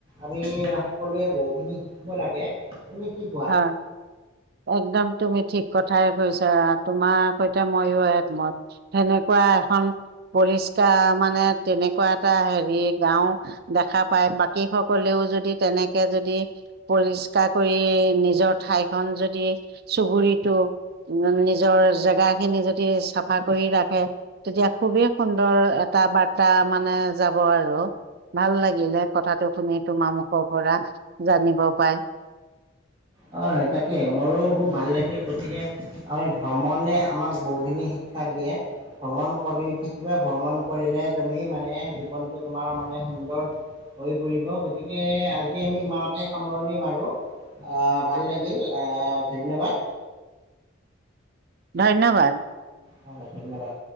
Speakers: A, on the right; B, on the right.
A: আমি, সকলোৱে বহুখিনি শিকিব লাগে। তুমি কি কো
B: হয়! একদম তুমি, ঠিক কথাই কৈছা! তোমাৰ সৈতে, মইও একমত। সেনেকুৱা এখন পৰিষ্কাৰ, মানে, তেনেকুৱা এটা হেৰি, গাওঁ। দেখা পায়, বাকী সকলেও যদি, তেনেকে যদি, পৰিষ্কাৰ কৰি নিজৰ ঠাইখন যদি, চুবুৰিটো, নিজৰ জেগা খিনি, যদি চাফা কৰি ৰাখে। তেতিয়া, খুবেই সুন্দৰ এটা বাৰ্তা! মানে, যাব আৰু। ভাল লাগিলে কথাটো শুনি! তোমাৰ মুখৰ পৰা, জানিব পায়।
A: হয়! তাকে, মোৰো খুব ভাল লাগিল! গতিকে, আমি ভ্ৰমণে, আমাক বহুখিনি শিক্ষা দিয়ে। ভ্ৰমণ কৰি থাকিবা? ভ্ৰমণ কৰিলে, তুমি মানে, জীৱনটো তোমাৰ মানে, সুন্দৰ হৈ পৰিব। গতিকে, আজি আমি, ইমানতে সামৰণি মাৰো। আঁ ভাল লাগিল! আঁ ধন্যবাদ।
B: ধন্যবাদ!
A: হয়, ধন্যবাদ।